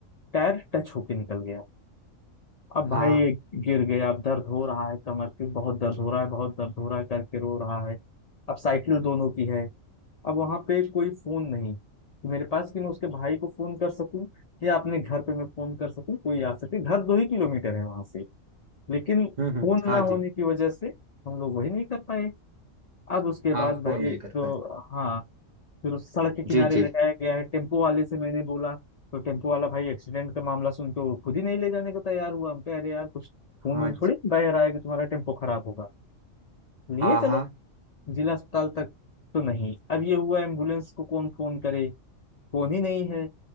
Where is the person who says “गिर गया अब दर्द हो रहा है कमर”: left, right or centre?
Left